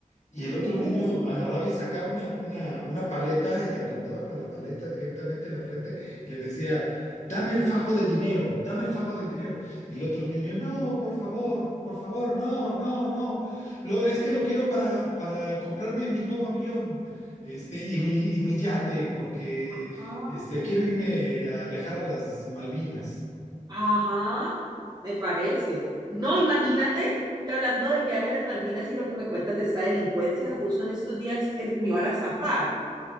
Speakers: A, on the left; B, on the right.
A: Y el otro
B: Uy,
A: niño agarraba
B: no.
A: y sacaba una, una, una paleta y le apuntaba con la paleta directamente en la frente y le decía, dame el fajo de dinero, dame el fajo de dinero. Y el otro niño, no, por favor, por favor, no, no, no. Lo, es que lo quiero para, para comprarme mi nuevo avión, este, y mi, y mi yate, porque
B: Ajá.
A: este, quiero irme a viajar a las Malvinas.
B: Ajá, me parece. No, imagínate que hablando del viaje a las Malvinas y lo que me cuentas de esta delincuencia, justo en estos días es- me iban a estafar.